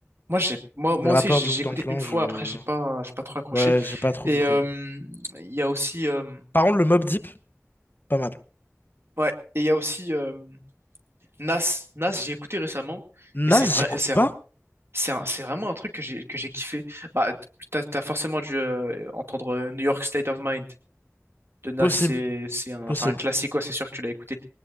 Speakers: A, on the right; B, on the left.
A: Moi, j'ai, moi, moi
B: Des rappeurs
A: aussi, j'ai
B: du
A: j'ai
B: Wu-Tang
A: écouté
B: Clan,
A: une fois.
B: je...
A: Après, j'ai pas, j'ai pas trop accroché.
B: Ouais, j'ai pas trop
A: Et
B: compris.
A: euh, il y a aussi, euh,
B: Par contre, le Mob Deep, pas mal.
A: ouais, et il y a aussi euh, Nas. Nas, j'ai écouté récemment.
B: Nas,
A: Et c'est vrai,
B: j'écoute
A: c'est,
B: pas?
A: c'est, un- c'est vraiment un truc que j'ai, que j'ai kiffé. Bah, t'as, t'as forcément dû euh, entendre euh, New York State of Mind de Nas.
B: Possible,
A: C'est, c'est un,
B: possible.
A: c'est un classique, quoi. C'est sûr que tu l'as écouté.